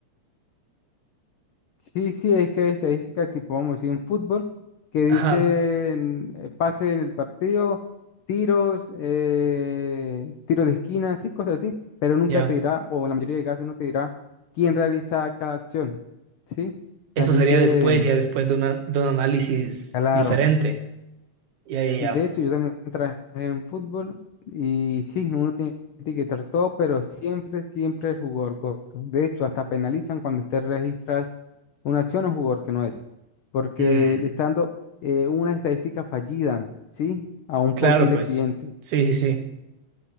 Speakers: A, on the left; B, on the right.
A: Sí, sí, es que hay estadísticas tipo, vamos a decir, en fútbol, que dicen
B: Ajá,
A: eh, pase en el partido, tiros, eh, tiros de esquina, así, cosas así, pero nunca
B: ya.
A: te dirá, o en la mayoría de casos no te dirá quién realiza cada acción, ¿sí?
B: Eso
A: Así
B: sería
A: que,
B: después, ya después de, una, de un análisis
A: claro,
B: diferente. Ya, ya,
A: Sí,
B: ya.
A: de hecho, yo también trabajé en fútbol y sí, uno tiene que etiquetar todo, pero siempre, siempre el jugador corto. De hecho, hasta penalizan cuando usted registra una acción a un jugador que no es, porque
B: Mm,
A: le está dando eh, una estadística fallida, ¿sí? A un
B: claro,
A: posible
B: pues.
A: cliente.
B: Sí, sí, sí.